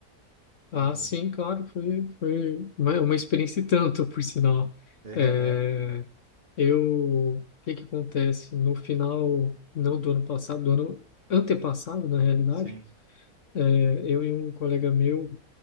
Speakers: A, on the right (about 35°); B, on the left (about 55°).
A: Hum,
B: Ah, sim, claro, foi, foi uma, uma experiência e tanto, por sinal.
A: <laughs> é,
B: É,
A: né?
B: eu, o que que acontece? No final, não do ano passado, do ano antepassado, na realidade,
A: Sim,
B: é, eu e um colega meu,